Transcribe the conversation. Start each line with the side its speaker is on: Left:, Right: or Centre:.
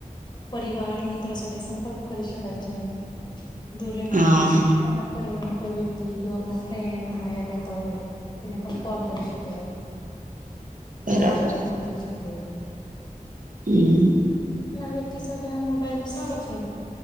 Left: પરિવાર, મિત્રો સાથે સંપર્ક કરી શકાય છે દૂરે
Right: હા
Left: તેમણા પરિવારમાં કોઈ વ્યક્તિ ફ્રેન્ડ, ભાઈ રહેતા હોય. તેને પણ કોલ કરી શકે.
Right: બરાબર
Left: હાલચાલ પૂછી શકે.
Right: હમ
Left: વ્યક્તિ સાથે મોબાઈલ સારો છે.